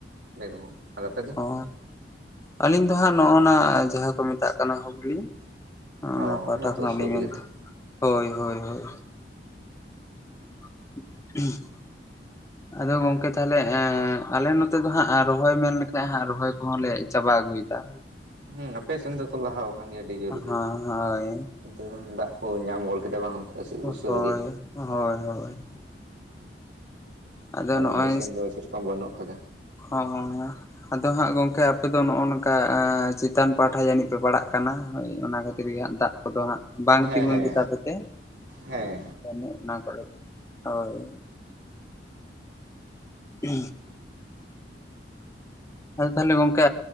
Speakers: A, on the right (about 80°); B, on the left (about 15°).
A: ᱵᱤᱨᱵᱷᱩᱢ ᱟᱨ ᱟᱯᱮ ᱫᱚ
B: ᱚᱻ ᱟᱹᱞᱤᱧ ᱫᱚ ᱦᱟᱸᱜ ᱱᱚᱜᱼᱚᱱᱟ ᱡᱟᱦᱟᱸ ᱠᱚ ᱢᱮᱛᱟᱜ ᱠᱟᱱᱟ ᱦᱩᱜᱽᱞᱤ᱾ ᱚᱱᱟ
A: ᱦᱚᱸ
B: ᱯᱟᱦᱴᱟ
A: ᱚᱱᱮ
B: ᱠᱷᱚᱱᱟᱜ
A: ᱛᱚ ᱥᱩᱨ
B: ᱞᱤᱧ
A: ᱨᱮᱜᱮ
B: ᱢᱮᱱᱫᱟ
A: ᱛᱚ᱾
B: ᱦᱳᱭ ᱦᱳᱭ ᱦᱳᱭ, <inaudible> <unintelligible> ᱟᱫᱚ ᱜᱚᱝᱠᱮ ᱛᱟᱦᱚᱞᱮ ᱟᱞᱮ ᱱᱚᱛᱮ ᱫᱚ ᱦᱟᱸᱜ ᱨᱚᱦᱚᱭ ᱢᱮᱱ ᱞᱮᱠᱷᱟᱱ ᱦᱟᱸᱜ ᱨᱚᱦᱚᱭ ᱠᱚᱦᱚᱸ ᱞᱮ ᱪᱟᱵᱟ ᱟᱹᱜᱩᱭᱮᱫᱟ᱾
A: ᱦᱮᱸ ᱟᱯᱮ ᱥᱮᱱ ᱫᱚᱠᱚ ᱞᱟᱦᱟᱣ ᱟᱠᱟᱱ ᱜᱮᱭᱟ ᱟᱹᱰᱤ ᱡᱳᱨ
B: ᱦᱮᱸ
A: ᱜᱮ
B: ᱦᱳᱭ
A: <inaudible> ᱚᱱᱛᱮ ᱫᱚ ᱫᱟᱜ ᱠᱚ ᱧᱟᱢ ᱜᱚᱞ ᱠᱮᱫᱟ ᱵᱟᱝ᱾
B: ᱚ
A: ᱩᱥᱟᱹᱨᱟ
B: ᱦᱳᱭ
A: ᱜᱮ
B: ᱦᱳᱭ ᱦᱳᱭ, ᱟᱫᱚ
A: ᱟᱨ
B: ᱱᱚᱜᱼᱚᱭ
A: ᱟᱞᱮ ᱥᱮᱱ ᱫᱚ ᱥᱮᱨᱚᱠᱚᱢ ᱵᱟᱹᱱᱩᱜ ᱟᱠᱟᱫᱟ᱾
B: ᱦᱚᱸ ᱦᱩᱸ ᱦᱩᱸ, ᱟᱫᱚ ᱦᱟᱸᱜ ᱜᱚᱝᱠᱮ ᱟᱯᱮ ᱫᱚ ᱱᱚᱜᱼᱚ ᱱᱚᱝᱠᱟ ᱪᱮᱛᱟᱱ ᱯᱟᱦᱴᱷᱟ ᱡᱟᱹᱱᱤᱡ ᱯᱮ ᱯᱟᱲᱟᱜ ᱠᱟᱱᱟ ᱦᱳᱭ ᱚᱱᱟ ᱠᱷᱟᱹᱛᱤᱨ ᱜᱮ ᱦᱟᱸᱜ ᱫᱟᱜ ᱠᱚᱫᱚ ᱦᱟᱸᱜ ᱵᱟᱝ
A: ᱦᱮᱸ
B: ᱛᱤᱸᱜᱩᱱ
A: ᱦᱮᱸ
B: ᱜᱮᱛᱟ ᱯᱮ ᱛᱮ
A: ᱦᱮᱸ
B: <inaudible> ᱚᱱᱟ ᱠᱚᱨᱮ ᱫᱚ ᱦᱳᱭ, <inaudible> ᱟᱫᱚ ᱛᱟᱦᱚᱞᱮ ᱜᱚᱝᱠᱮ